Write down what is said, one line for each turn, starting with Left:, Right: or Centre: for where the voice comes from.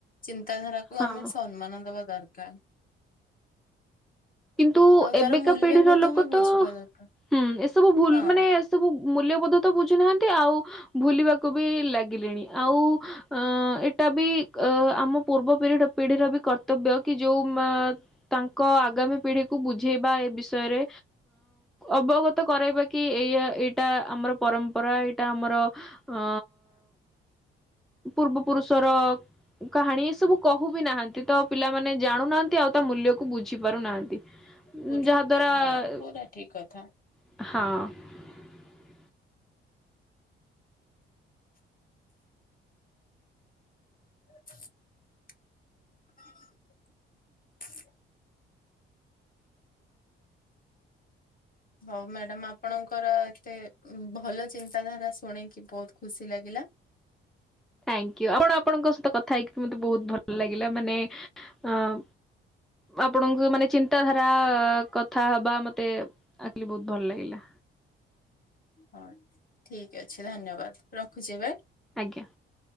Left: ଚିତାଧାରାକୁ
Centre: ହଁ।
Left: ଆମେ ସମ୍ମାନ ଦବା ଦରକାର। <inaudible>
Centre: କିନ୍ତୁ
Left: ଆଉ ତାର
Centre: ଏବେକା
Left: ମୂଲ୍ୟବୋଧ
Centre: ପିଢିର ଲୋକ
Left: ବି
Centre: ତ
Left: ବୁଝିବା ଦରକାର।
Centre: ହୁଁ ଏସବୁ ଭୁଲ
Left: ହଁ
Centre: ମାନେ ଏ ସବୁ ମୂଲ୍ୟବୋଧ ତ ବୁଝୁନାହାନ୍ତି। ନ୍ତି ଆଉ ଭୁଲିବାକୁ ବି ଲାଗିଲେଣି ଆଉ ଅ ଏଟା ବି ଅ ଆମ ପୂର୍ବ ପିଢ ପିଢିର ବି କର୍ତ୍ତବ୍ୟ କି ଯୋଉ ତାଙ୍କ ଆଗାମୀ ପିଢିକୁ ବୁଝେଇବା ଏ ବିଷୟରେ ଅବଗତ କରାଇବା କି ଏଇ ଏଇଟା ଆମ ଆମର ପରମ୍ପରା ଏଇଟା ଆମର ଅ ପୂର୍ବ ପୁରୁଷର କାହାଣୀ ଏ ସବୁ କହୁ ବିି ନାହାନ୍ତି ତ ପିଲାମାନେ ଜାଣୁନାହାନ୍ତି ଆଉ ତା ମୂଲ୍ୟ କୁ ବୁଝି ପାରୁନାହାନ୍ତି ଯାହା
Left: ପୁର
Centre: ଦ୍ୱାରା
Left: ହଁ ପୁରା ଠିକ କଥା।
Centre: ହଁ।
Left: <inaudible> <inaudible> ହଉ ମ୍ୟାଡାମ ଆପଣଙ୍କର ଏତେ ଭଲ ଚିନ୍ତାଧାରା ଶୁଣିକି ବହୁତ ଖୁସି ଲାଗିଲା।
Centre: ଥ୍ୟାଙ୍କ ୟୁ ଆପଣ ଆପଣଙ୍କ ସହିତ କଥା ହେଇକି ବି ମତେ ବହୁତ ଭଲ ଲାଗିଲା ମାନେ ଅଁ ଆପଣଙ୍କୁ ମାନେ ଚିନ୍ତାଧାରା କଥା ହବା ମତେ ଆକଲି ବହୁତ ଭଲ ଲାଗିଲା।
Left: ହଉ ଠିକ ଅଛି ଧନ୍ୟବାଦ ରଖୁଛି ଏବେ।
Centre: ଆଜ୍ଞା।